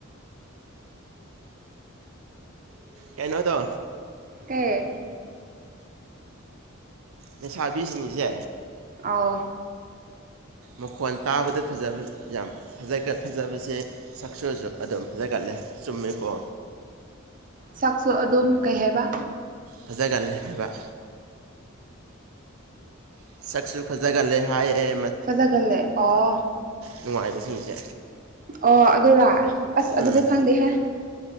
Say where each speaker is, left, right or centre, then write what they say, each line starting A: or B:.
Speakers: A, on the right (about 80°); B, on the right (about 40°).
A: ꯀꯩꯅꯣꯗꯣ
B: ꯀꯩ
A: ꯅꯁꯥꯕꯤꯁꯤꯡꯁꯦ
B: ꯑꯥꯎ
A: ꯃꯈꯣꯟ ꯇꯥꯕꯗ ꯐꯖꯕ ꯌꯥꯝꯖ ꯐꯖꯕꯁꯦ ꯆꯛꯁꯨꯁꯨ ꯑꯗꯨꯝ ꯐꯖꯒꯠꯂꯦ ꯆꯨꯝꯃꯦꯀꯣ
B: ꯁꯥꯛꯁꯨ ꯑꯗꯨꯝ ꯀꯩ ꯍꯥꯏꯕ
A: ꯐꯖꯒꯜꯂꯦ ꯍꯥꯏꯕ ꯁꯛꯁꯨ ꯐꯖꯒꯜꯂꯦ ꯍꯥꯏꯑ
B: ꯐꯖꯒꯜꯂꯦ ꯑꯣ
A: ꯅꯨꯡꯉꯥꯏꯕꯁꯤꯡꯁꯦ
B: ꯑꯣ ꯑꯗꯨꯔ ꯑꯁ ꯑꯗꯨꯗꯤ
A: ꯎꯝ
B: ꯈꯪꯗꯦ ꯍꯦ